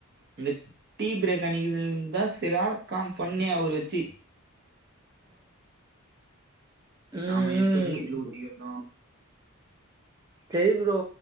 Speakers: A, on the right (about 45°); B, on the right (about 15°).
A: அந்த டீ பிரேக் அணிக்க <unintelligible> தா செரியான காம் பண்ணி அவரு வெச்சு
B: ம்
A: ஆமா எத்த
B: ம்
A: மூல ஊத்திகிற்தோ
B: செரி ப்ரோ